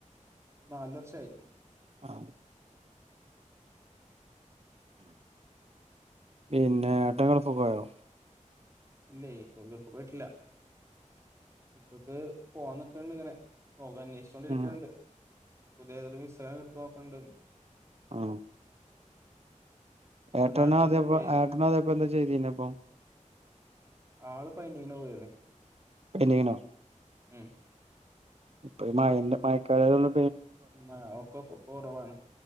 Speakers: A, on the right (about 20°); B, on the right (about 50°).
A: ഇ നാല വർഷയി
B: ആഹ് പിന്നെ ഏട്ടൻ ഗെൾപ്പക്കായോ
A: ഇല്ലേ കോഴികഴപ്പ പോയിട്ടില്ല ഇപ്പൊക്ക് പോവാൻ നക്കണ്ട് ഇങ്ങനെ നോക്കാൻ അന്വേഷിച്ചോണ്ടിരിക്കണ്ട്
B: ആഹ്
A: പുതിയ തല മിസന കിട്ടുോക്കണ്ട്
B: ആ
A: ഇവിടെ
B: ഏട്ടന
A: നാട്ടിൽ നിന്നിട്ട്
B: അതപ്പ ഏട്ടന അതപ്പ എന്താ ചെയ്തിന്നപ്പൊ
A: ആള് പയിന്റിംഗിനോവേര്ന്ന്
B: പെയ്ൻ്റിങ്ങിനോ
A: ഉം
B: ഇപ്പൊ ഈ മഴന്റെ മയക്കാലായതോണ്ട്
A: ഉം ഒക്കൊക് കൊറവാണ്